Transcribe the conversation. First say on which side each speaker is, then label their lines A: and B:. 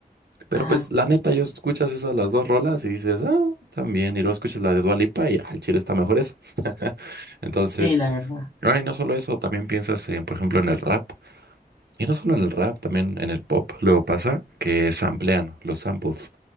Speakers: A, on the right (about 80°); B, on the left (about 35°).
A: Pero
B: ajá,
A: pues la neta, yo escuchas esas las dos rolas y dices, ah, también. Y luego escuchas la de Dua Lipa y al chile está mejor esa. Entonces,
B: sí, la verdad.
A: ahora y no solo eso, también piensas en, por ejemplo, en el rap. Y no solo en el rap, también en el pop. Luego pasa que samplean los samples,